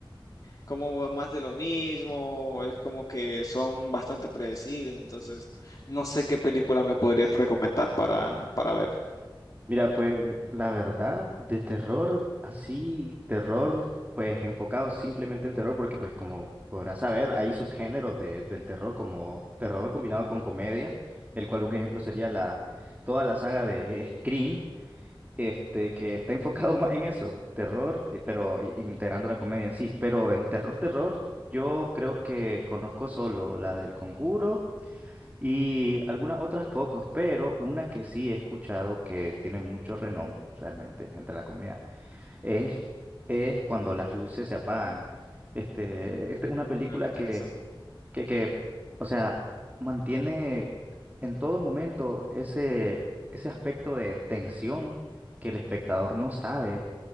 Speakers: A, on the left (about 45°); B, on the right (about 20°).
A: como más de lo mismo, es como que son bastante predecibles, entonces no sé qué película me podrías recomendar para, para ver.
B: Mira, pues la verdad, de terror, así, terror, pues enfocado simplemente en terror, porque pues como podrás saber, hay subgéneros de- del terror, como terror combinado con comedia, el cual un ejemplo sería la, toda la saga de <laughs> Scream, este, que está enfocado <laughs> más en eso, terror, y- pero i- integrando la comedia en sí. Pero en terror, terror, yo creo que conozco solo la del Conjuro. Y algunas otras pocos, pero una que sí he escuchado que tiene mucho renombre realmente entre la comunidad es, es cuando las luces se apagan. Este, este, una película
A: Suena interesante.
B: que, que, que, o sea, mantiene en todo momento ese, ese aspecto de tensión que el espectador no sabe